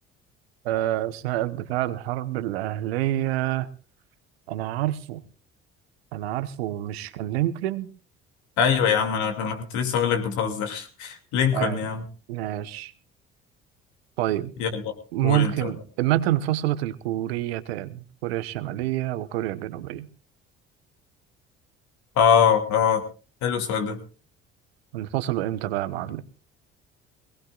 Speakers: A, on the right; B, on the left.
A: آه، أثناء الدفاع عن الحرب الأهلية أنا عارفه أنا عارفه مش كان لينكولن
B: ايوه يا عم انا انا كنت لسه هقول لك بتهزر <laughs> لينكولن
A: آه.
B: يا عم
A: ماشي طيب
B: يلا
A: ممكن
B: قول انت بقى.
A: متى انفصلت الكوريتان كوريا الشمالية وكوريا الجنوبية
B: اه اه حلو السؤال ده
A: انفصلوا امتى بقى يا معلم